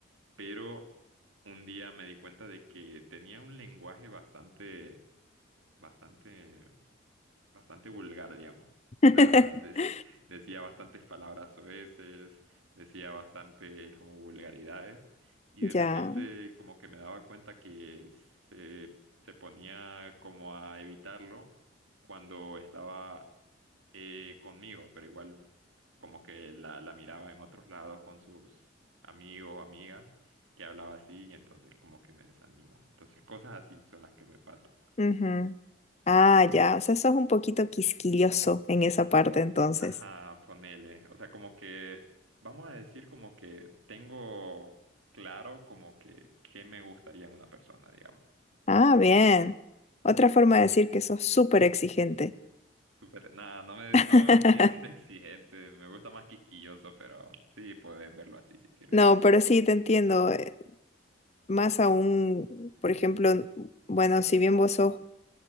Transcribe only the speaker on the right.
pero un día me di cuenta de que tenía un lenguaje bastante, bastante bastante vulgar, digamos.
O sea, dec- <laughs> decía bastantes palabras soeces, decía bastantes como vulgaridades, y
de repente como que me daba cuenta que se, se ponía como a evitarlo cuando estaba eh, conmigo, pero igual como que la, la miraba en otros lados con sus amigos o amigas que hablaba así, y entonces como que me desanimo. Entonces cosas así son las que me pasan.
Ajá, ponele. O sea, como que, vamos a decir como que tengo claro como que qué me gustaría en una persona, digamos.
Sí.
Súper, nada, no me,
no me gustaría <laughs> ser exigente, me gusta más quisquilloso, pero sí, puedes verlo así si quieres.